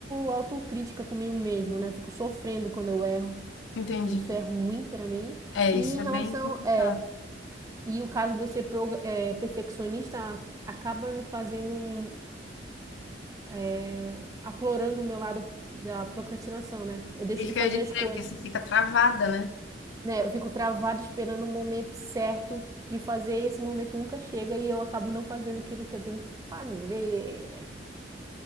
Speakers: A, on the right; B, on the left.
A: autocrítica comigo mesmo, né? Eu fico sofrendo quando eu erro.
B: Entendi.
A: E isso é ruim pra mim.
B: É,
A: E
B: isso
A: em
B: é
A: relação.
B: bem complicado.
A: É, e o caso de eu ser proga- é, perfeccionista acaba me fazendo um- é, aflorando o meu lado da procrastinação, né? Eu deixo
B: É isso
A: de
B: que
A: fazer
B: eu ia dizer,
A: as coisas.
B: porque você fica travada, né?
A: né? Eu fico travada esperando o momento certo de fazer, e esse momento nunca chega e eu acabo não fazendo aquilo que eu tenho que fazer.